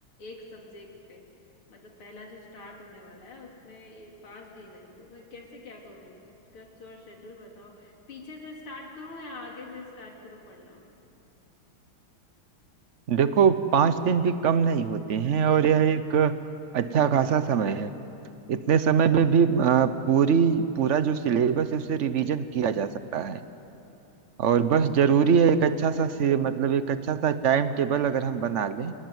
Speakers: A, on the left; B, on the right.
A: एक सब्जेक्ट पे मतलब पहला जो स्टार्ट होने वाला है उसमें ये पांच दिन है तो मैं कैसे क्या करूं उसका थोड़ा शेड्यूल बताओ पीछे से स्टार्ट करूं या आगे से स्टार्ट करूं पढ़ना
B: देखो पांच दिन भी कम नहीं होते हैं और यह एक अच्छा खासा समय है इतने समय में भी अ, पूरी पूरा जो सिलेबस है उसे रिवीजन किया जा सकता है और
A: अच्छा
B: बस जरूरी है एक अच्छा सा से, मतलब एक अच्छा सा टाइम टेबल अगर हम बना लें